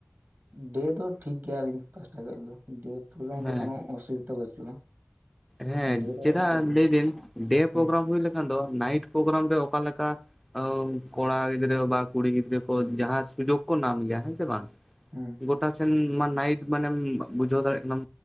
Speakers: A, on the right; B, in the centre.
A: ᱰᱮ ᱫᱚ ᱴᱷᱤᱠ ᱜᱮᱭᱟᱞᱤᱧ ᱯᱟᱥ <unintelligible> ᱫᱚ ᱰᱮ ᱯᱨᱤᱜᱨᱟᱢ ᱨᱮ
B: ᱦᱮᱸ
A: ᱫᱚ ᱠᱳᱚᱱᱳ ᱚᱥᱩᱵᱤᱫᱟ ᱵᱟᱹᱪᱩᱜᱼᱟ
B: ᱦᱮᱸ
A: ᱰᱮ ᱫᱚ
B: ᱪᱮᱫᱟᱜ
A: ᱦᱩᱸ
B: ᱞᱟᱹᱭ ᱫᱤᱱ ᱰᱮ
A: ᱦᱩᱸ
B: ᱯᱨᱳᱜᱨᱟᱢ ᱦᱩᱭ ᱞᱮ ᱫᱚ ᱱᱟᱭᱤᱴ ᱯᱨᱳᱜᱨᱟᱢ ᱨᱮ ᱚᱠᱟᱠᱟ ᱠᱚᱲᱟ ᱜᱤᱫᱽᱨᱟᱹ ᱵᱟ ᱠᱩᱲᱤ ᱜᱤᱫᱽᱨᱟᱹ ᱠᱚ ᱡᱟᱦᱟᱸ ᱥᱩᱡᱳᱜᱽ ᱠᱚ ᱧᱟᱢ ᱜᱮᱭᱟ ᱦᱮᱸ ᱥᱮ ᱵᱟᱝ
A: ᱦᱮᱸ
B: ᱜᱳᱴᱟ ᱥᱮᱱ ᱢᱟ ᱱᱟᱭᱤᱴ ᱢᱟᱱᱮᱢ ᱵᱩᱡᱷᱟᱹᱣ ᱫᱟᱲᱮᱭᱟᱜ ᱠᱟᱱᱟᱢ